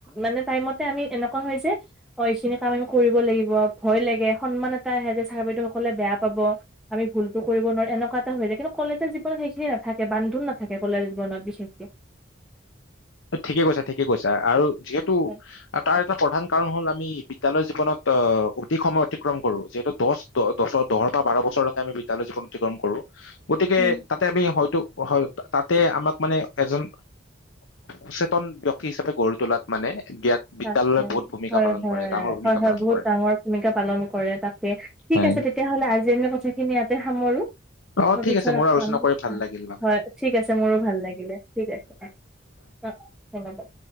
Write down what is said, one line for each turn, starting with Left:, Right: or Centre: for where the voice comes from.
Centre: মানে টাইমতে আমি এনেকুৱা হয় যে অ এইখিনি কাম আমি কৰিব লাগিব ভয় লাগে সন্মান এটা আহে যে চাৰ বাইদেউ সকলে বেয়া পাব আমি ভুলতো কৰিব নোৱাৰো এনেকুৱা এটা হৈ যে কিন্তু কলেজৰ জৱনত সেইখিনি নাথাকে বান্ধোন না। থাকে কলেজ জীৱনত বিশেষকে।
Left: ঠিকে কৈছা ঠিকে কৈছা আৰু। যিহেতু
Centre: হয়
Left: তাৰ এটা প্ৰধান কাৰণ হ'ল আমি। বিদ্যালয় জীৱনত আহ অধিক সময় অতিক্ৰম কৰো যিহেতু দহ দহ দৰ দহৰ পৰা বাৰ বছৰলৈকে আমি বিদ্যালয় জীৱন অতিক্ৰম কৰো। গতিকে
Centre: উম
Left: তাতে আমি হয়তো। হয় তাতে আমাক মানে এজন। অসচেতন ব্যক্তি হিচাপে গঢ়ি তোলাত মানে। বিয়াত বিদ্যালয়ে
Centre: তাক হয়
Left: বহুত ভূমিকা
Centre: হয়
Left: পালন
Centre: হয়
Left: কৰে ডাঙৰ ভূমিকা
Centre: হয় হয়
Left: পালন
Centre: বহুত
Left: কৰে
Centre: ডাঙৰ ভূমিকা পালন কৰে তাকে ঠিক
Left: হয়
Centre: আছে তেতিয়াহলে আজি আ কথাখিনি। সামৰো?
Left: অ
Centre: মই
Left: ঠিক
Centre: পিছত
Left: আছে মোৰ
Centre: আকম
Left: আলোচনা কৰি ভাল লাগিল বাৰু
Centre: হয় ঠিক আছে মোৰো ভাল লাগিলে ঠিক আছে অ অ অ ধন্যবাদ।